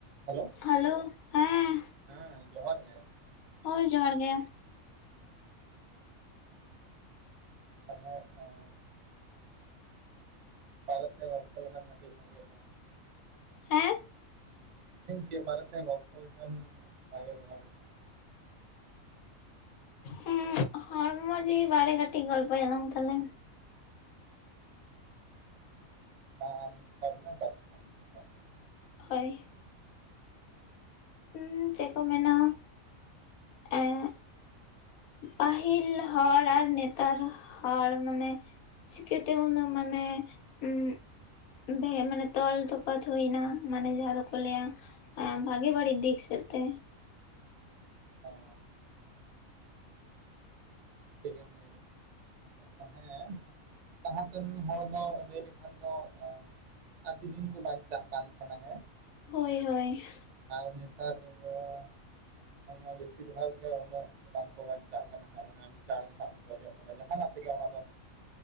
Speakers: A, on the right; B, on the left.
A: Hello
B: hello ᱦᱮᱸ
A: ᱦᱮᱸ ᱡᱚᱦᱟᱨ ᱜᱮ
B: ᱦᱳᱭ ᱡᱚᱦᱟᱨ ᱜᱮ ᱾
A: <inaudible> ᱪᱮᱫ ᱵᱟᱨᱮᱛᱮ ᱜᱚᱞᱯᱷᱚ ᱞᱮᱠᱷᱟᱱ ᱢᱤᱫᱴᱤᱡ ᱵᱷᱟᱜᱮ ᱠᱚᱜᱼᱟ ᱾
B: ᱦᱮᱸ ᱾
A: ᱤᱧ ᱪᱮᱫ ᱵᱟᱨᱮᱛᱮ ᱜᱚᱞᱯᱚ ᱞᱮᱠᱷᱟᱱ ᱵᱷᱟᱜᱮ ᱠᱚᱜᱼᱟ᱾ ᱞᱟᱹᱭ ᱵᱤᱱ
B: ᱦᱩᱸ ᱦᱚᱲᱢᱚ ᱡᱤᱶᱤ ᱵᱟᱲᱮ ᱠᱟᱹᱴᱤᱡ ᱜᱚᱞᱯᱚ ᱭᱟᱞᱟᱝ ᱛᱟᱞᱮ?
A: <unintelligible> ᱤᱧ
B: ᱦᱳᱭ, ᱦᱩᱸ ᱪᱮᱫ ᱠᱚ ᱢᱮᱱᱟ ᱮᱜ ᱯᱟᱹᱦᱤᱞ ᱦᱚᱲ ᱟᱨ ᱱᱮᱛᱟᱨ ᱦᱚᱲ ᱢᱟᱱᱮ ᱪᱤᱠᱟᱹᱛᱮ ᱩᱱᱟᱜ ᱢᱟᱱᱮ ᱩᱜᱼᱼ ᱵᱮ ᱢᱟᱱᱮ ᱛᱚᱞ ᱛᱚᱯᱛ ᱦᱩᱭ ᱱᱟ ᱢᱟᱱᱮ ᱡᱟᱦᱟᱸ ᱫᱚᱠᱚ ᱞᱟᱹᱭᱟᱼᱼ ᱵᱷᱟᱜᱮ ᱵᱟᱹᱲᱤᱡ ᱫᱤᱠ ᱥᱮᱫ ᱛᱮ᱾
A: ᱦᱮᱸ ᱴᱷᱤᱠ ᱮᱢ <unintelligible> ᱟᱨ ᱦᱮᱸ ᱞᱟᱦᱟᱛᱮᱱ ᱦᱚᱲ ᱫᱚ ᱞᱟᱹᱭ ᱞᱮᱠᱷᱟᱱ ᱫᱚ ᱮᱸᱼᱼ ᱟᱹᱰᱤ ᱫᱤᱱ ᱠᱚ ᱵᱟᱧᱪᱟᱜ ᱠᱟᱱ ᱛᱟᱦᱮᱸᱱᱟ ᱦᱮᱸ᱾
B: ᱦᱳᱭ ᱦᱳᱭ,
A: ᱟᱨ ᱱᱮᱛᱟᱨ ᱨᱮᱫᱚᱼᱼ ᱵᱮᱥᱤᱨ ᱵᱷᱟᱜᱽ ᱜᱮ ᱩᱱᱟᱹᱜ ᱫᱚ ᱵᱟᱝᱠᱚ ᱵᱟᱧᱪᱟᱜ ᱠᱟᱱᱟ ᱦᱟᱸᱜ ᱢᱟᱱᱮ ᱟᱹᱰᱤ ᱪᱟᱬ ᱜᱮ ᱱᱟᱜ ᱜᱚᱡᱚᱜ ᱠᱟᱱᱟ ᱡᱟᱦᱟᱱᱟᱜ ᱛᱮᱜᱮ ᱚᱱᱟ ᱫᱚ